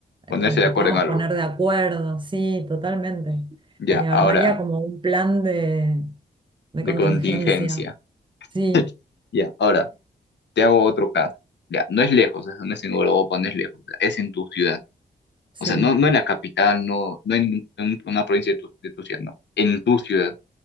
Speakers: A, on the left; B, on the right.
A: ponerse
B: eh, nos
A: de acuerdo
B: podamos
A: en algo.
B: poner de acuerdo, sí, totalmente.
A: Ya,
B: Eh, armaría
A: ahora.
B: como un plan de, de
A: de
B: contingencia.
A: contingencia.
B: Sí,
A: <laughs> Ya, ahora, te hago otro caso. Ya, no es lejos, eso no es en Europa, no es lejos, es en tu ciudad.
B: sí,
A: O sea, no, no en la capital, no, no en, un- una provincia de tu, de tu ciudad, no, en tu ciudad.